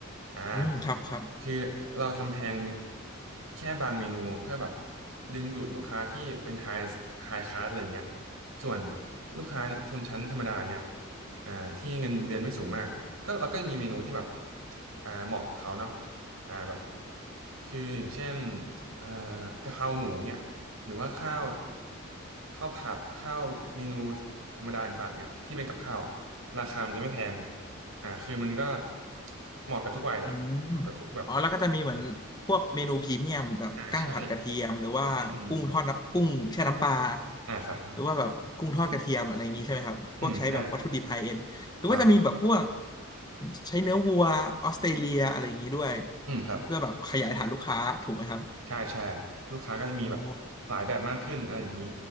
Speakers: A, on the right; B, on the left.
A: อ่า
B: อืมครับครับ
A: คือเราทำแพงแค่บางเมนูเพื่อแบบดึงดูดลูกค้าที่เป็นไฮไฮคลาสอะไรเงี้ยส่วนลูกค้าชนชั้นธรรมดาเงี้ยอ่าที่เงินเดือนไม่สูงมากก็เราก็มีเมนูที่แบบอ่าเหมาะกับเขาเนาะอ่าแบบคืออย่างเช่น เอ่อกะเพราหมูเนี่ยหรือว่าข้าวข้าวผัดข้าวเมนูธรรมดาต่างๆเนี่ยที่เป็นกับข้าวอะราคามันจะไม่แพงอ่าคือมันก็เหมาะกับทุกวัยแหละเหมาะกับทุกแบบ
B: อืมอ๋อแล้วก็จะมีเหมือนพวกเมนูพรีเมียมแบบกั้งผัดกระเทียมหรือว่ากุ้งทอดน้ำกุ้งแช่น้ำปลา
A: อ่าอ่าใช่อืมอืมอ่าครับ
B: หรือว่าแบบกุ้งทอดกระเทียมอะไรอย่างนี้ใช่ไหมครับพวกใช้แบบวัตถุดิบไฮเอ็นหรือว่าจะมีแบบพวก
A: อืมใช่ถูกต้อง
B: ใช้เนื้อวัวออสเตรเลียอะไรอย่างนี้ด้วย
A: อืมครับ
B: เพื่อแบบขยายฐานลูกค้าถูกไหมครับ
A: ใช่ใช่ลูกค้าก็จะมีแบบหลายแบบมากขึ้นอะไรอย่างนี้
B: อ๋อ